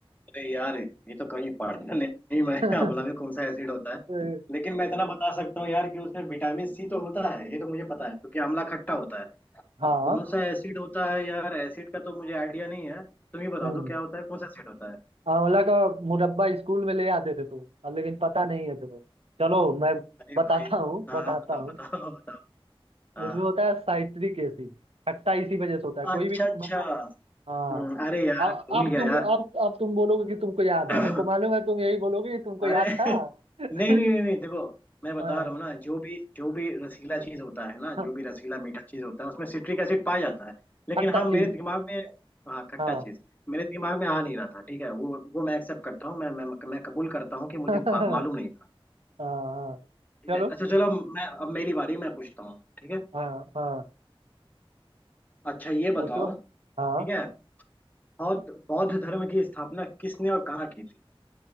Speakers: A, on the left (about 15°); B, on the right (about 85°).
A: अरे यार ये तो कहीं पढ़ा नहीं मैं
B: <laughs>
A: <laughs> आंवला में कौन सा एसिड होता है
B: तो-
A: लेकिन मैं इतना बता सकता हूँ यार कि उसमें विटामिन सी तो होता है ये तो मुझे पता है क्योंकि आंवला खट्टा होता है
B: हाँ
A: अब कौन सा एसिड होता है यार एसिड का तो मुझे आइडिया नहीं है तुम ही बता
B: हम्म,
A: दो क्या होता है कौन सा एसिड होता है
B: आंवला का मुरब्बा स्कूल में ले आते थे तुम अब लेकिन पता नहीं है तुम्हें चलो मैं
A: अरे
B: बताता
A: भाई
B: हूँ
A: हाँ
B: बताता
A: बताओ
B: हूँ
A: बताओ <laughs> बताओ हाँ
B: उसमें होता है साइट्रिक एसिड खट्टा इसी वजह से होता है
A: अच्छा
B: कोई भी
A: अच्छा
B: मतलब हाँ
A: हम्म, अरे यार
B: अब
A: भूल
B: अब
A: गया
B: तुम
A: यार
B: अब अब तुम बोलोगे कि तुमको याद
A: <clears throat>
B: है हमको मालूम है तुम यही बोलोगे कि तुमको
A: अरे
B: याद
A: <laughs>
B: था <laughs>
A: नहीं नहीं नहीं नहीं देखो मैं बता
B: हाँ
A: रहा हूँ ना जो भी जो भी रसीला चीज होता है ना
B: हाँ,
A: जो भी रसीला मीठा चीज होता है उसमें सिट्रिक एसिड पाया जाता है लेकिन
B: खट्टा
A: हाँ
B: चीज
A: मेरे दिमाग में हाँ खट्टा
B: हाँ
A: चीज मेरे दिमाग में आ नहीं रहा था ठीक है वो वो मैं एक्सेप्ट करता हूँ मैं मैं मैं कबूल करता हूँ कि मुझे
B: <laughs>
A: पा- मालूम नहीं था
B: हाँ हाँ
A: ठीक
B: चलो
A: है अच्छा चलो मैं अब मेरी बारी मैं पूछता हूँ ठीक है
B: हाँ हाँ
A: अच्छा ये
B: पूछो
A: बताओ ठीक
B: हाँ
A: है बौद्ध बौद्ध धर्म की स्थापना किसने और कहाँ की थी